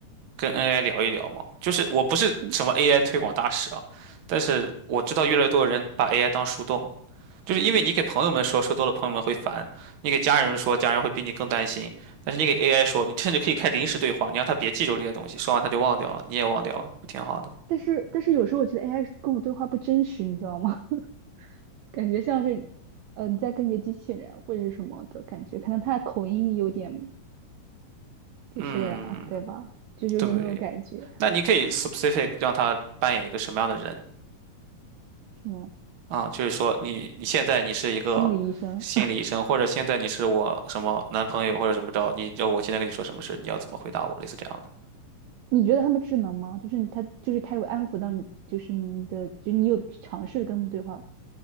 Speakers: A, on the right; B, on the right.
A: 跟 AI 聊一聊嘛。就是我不是什么
B: 是的。
A: AI 推广大使啊，但是我知道越来越多的人把 AI 当树洞。就是因为你给朋友们说，说多了朋友们会烦；你给家人说，家人会比你更担心。但是你给 AI 说，你甚至可以开临时对话，你让他别记住这些东西，说完他就忘掉了，你也忘掉了，不挺好的？
B: 但是但是有时候我觉得 AI 跟我对话不真实，你知道吗？<laughs> 感觉像是，嗯，你在跟一个机器人或者是什么的感觉，可能他的口音有点，就是啊，
A: 嗯，
B: 对吧？就是有点那种感觉，
A: 对。那你可以 specific 让他扮演一个什么样的人
B: 什么
A: 啊？就是说你你现在你是一个心理医生，
B: 心理医生。
A: 或者现在你是我什么男朋友或者怎么着，你要我现在跟你说什么事，你要怎么回答我，类似这样的。
B: 你觉得他们智能吗？就是他，就是他有安抚到你，就是你的，就你有尝试跟他们对话。